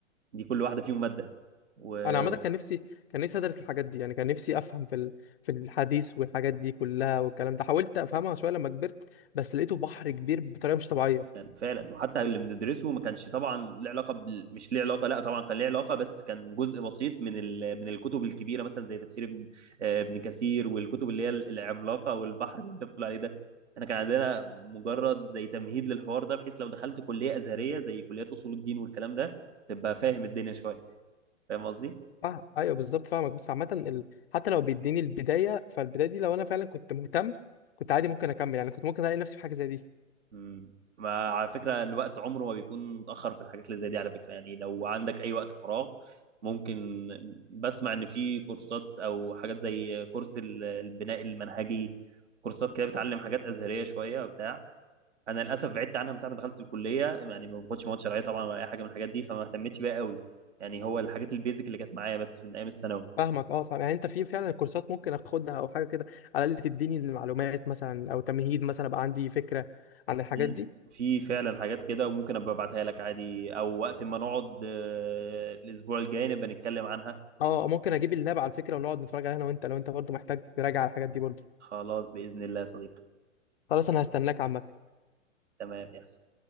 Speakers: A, on the right; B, on the left.
A: دي كل واحدة فيهم مادة وفعلا
B: انا عامه كان نفسي كان نفسي ادرس الحاجات دي يعني كان نفسي افهم في ال... في الحديث والحاجات دي كلها والكلام ده حاولت افهمها شويه لما كبرت بس لقيته بحر كبير بطريقه مش طبيعيه
A: فعلا وحتى اللي بندرسه ما كانش طبعا له علاقة بال... مش ليه علاقة لا طبعا كان ليه علاقة بس كان جزء بسيط من ال... من الكتب الكبيرة مثلا زي تفسير ابن آه، ابن كثير والكتب اللي هي العملاقة والبحر اللي انت بتقول عليه ده انا كان عندنا مجرد زي تمهيد للحوار ده بحيث لو دخلت كلية أزهرية زي كليات أصول الدين والكلام ده تبقى فاهم الدنيا شوية فاهم قصدي؟
B: اه ايوه بالظبط فاهمك بس عامه ال... حتى لو بيديني البدايه فالبدايه دي لو انا فعلا كنت مهتم كنت عادي ممكن اكمل يعني كنت ممكن الاقي نفسي في حاجه زي دي
A: امم ما على فكرة الوقت عمره ما بيكون متأخر في الحاجات اللي زي دي على فكرة يعني لو عندك أي وقت فراغ ممكن بسمع إن في كورسات أو حاجات زي كورس ال- البناء المنهجي كورسات كده بتعلم حاجات أزهرية شوية وبتاع أنا للأسف بعدت عنها من ساعة ما دخلت الكلية يعني ما باخدش مواد شرعية طبعا ولا أي حاجة من الحاجات دي فما اهتمتش بيها قوي يعني هو الحاجات البيزك اللي كانت معايا بس من أيام الثانوي
B: فاهمك اه فاهم يعني انت في فعلا كورسات ممكن اخدها او حاجه كده على الاقل تديني المعلومات مثلا او تمهيد مثلا ابقى عندي فكره عن الحاجات
A: في
B: دي
A: في فعلا حاجات كده وممكن ابقى ابعتها لك عادي او وقت ما نقعد آه، الاسبوع الجاي نبقى نتكلم عنها
B: اه ممكن اجيب اللاب على فكره ونقعد نتفرج عليها انا وانت لو انت برضه محتاج تراجع على الحاجات دي برضه
A: خلاص بإذن الله يا صديقي
B: خلاص انا هستناك عامه
A: تمام يحصل